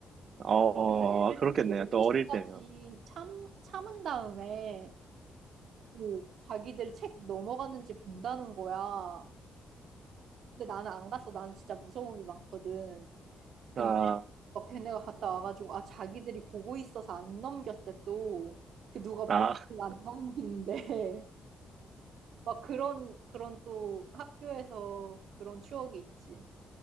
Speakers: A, on the right; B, on the right.
A: 어,
B: 그래서 애들이
A: 그렇겠네요.
B: 다 12시까지
A: 또 어릴 때면.
B: 참, 참은 다음에 그 자기들 책 넘어갔는지 본다는 거야. 근데 나는 안 갔어. 나는 진짜 무서움이 많거든. 근데
A: 아,
B: 막 걔네가 갔다 와가지고 아, 자기들이 보고 있어서 안 넘겼대 또. 그 누가
A: 아,
B: 보고 안 넘긴대. 막 그런, 그런 또 학교에서 그런 추억이 있지.